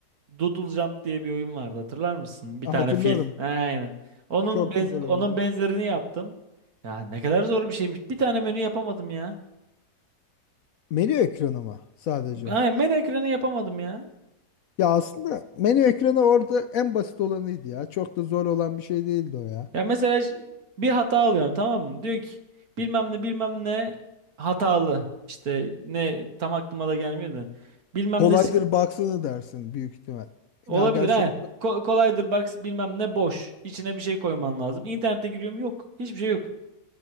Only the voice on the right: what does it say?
Doodle Jump diye bir oyun vardı hatırlar mısın? Bir
tane fil. Aynen. Onun
benz-
onun
benzerini yaptım. Ya ne kadar zor bir şeymiş. Bir tane menü yapamadım ya.
Aynen menü ekranı yapamadım ya.
Ya mesela ş- bir hata alıyorum tamam mı? Diyor ki bilmem ne bilmem ne hatalı. İşte ne tam aklıma da gelmiyor da. Bilmem
nesi
olabilir
ha.
Ko- kolaydır bak bilmem ne boş. İçine bir şey koyman lazım. İnternete giriyorum yok. Hiçbir şey yok.